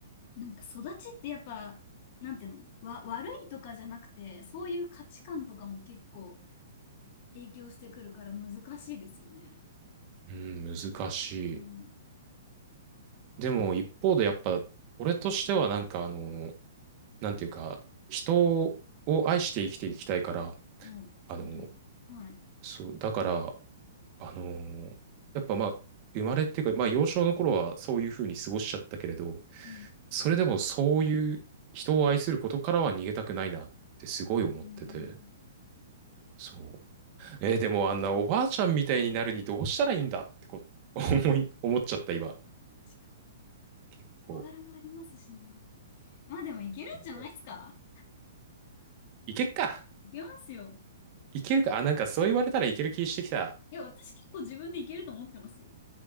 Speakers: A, on the left (about 35°); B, on the right (about 25°).
A: なんか育ちってやっぱ、なんていうの、わ、悪いとかじゃなくて、そういう価値観とかも結構影響してくるから難しいですよね。
B: う。うん、難しい。
A: うん。
B: でも、一方でやっぱ、俺としてはなんかあの、なんていうか、人を愛して生きていきたいから、
A: もう素敵。
B: あの、
A: はい。う
B: そう、だから、あのーやっぱまあ、生まれっていうか、まあ幼少の頃はそういうふうに過ごしちゃったけれど、
A: ん。
B: それでもそういう人を愛することからは逃げたくないなってすごい思ってて、
A: うんうんうんうん。
B: そう。えーでもあんなおばあちゃんみたいになるにどうしたらいいんだってこう、<laughs> 思い、思っちゃった今。
A: まあ確かに。
B: 結構。
A: 人柄もありますしね。まあでもいけるんじゃないですか
B: ねいけっか。
A: いけますよ。
B: いけるか。あ、なんかそう言われたらいける気してきた。
A: いや、私結構自分でいけると思ってますよ。